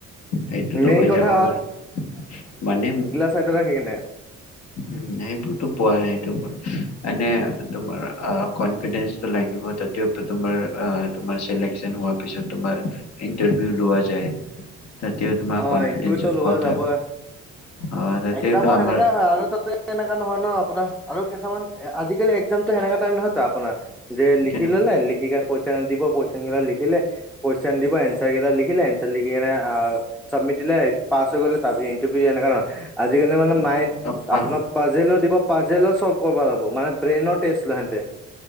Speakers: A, on the left; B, in the centre.
A: সেইটোতো
B: মেইন
A: হৈ
B: কথা
A: যাব বাৰ মানে
B: চাইদত ৰাখি কেনে
A: উম সেইবোৰতো পোৱা নাই সেইটোক এনে তোমাৰ কনফিডেন্সটো লাগিব তাতেও তোমাৰ তোমাৰ চিলেকচন হোৱা পিছত তোমাৰ ইন্টাৰভিউ লোৱা যায়। তাতেও তোমাৰ
B: অ
A: কনফিডেন্সত
B: ইন্টাৰভিউ লোৱা
A: কথা
B: যাবই
A: অ তাতেতো
B: একজামো
A: আমাৰ
B: সেনেকাই হয় আৰু তাতে তেনেকা নহয় ন আপোনাৰ আৰু কিছুমান আজিকালি একজামত সেনেকা টাইম নহয়তো আপোনাৰ। যে লিখি
A: কিন্তু
B: ললে লিখিকা কুৱেশন দিব কুৱেশন কেইটা লিখিলে কুৱেশন দিব এনচাৰ কেইটা লিখিলে এনাৰ লিখি কিনে আহ চাবমিট দিলে পাচ হৈ গলে তাৰ ভি ইণ্টাৰভিউ এনেকা না আজিকালি মানে <unintelligible>
A: অ পা
B: আপোনাক পাজেলও দিব পাজেলও চল্ভ কৰিব লাগিব মানে ব্ৰেইনৰ টেষ্ট লয় হেণ্টে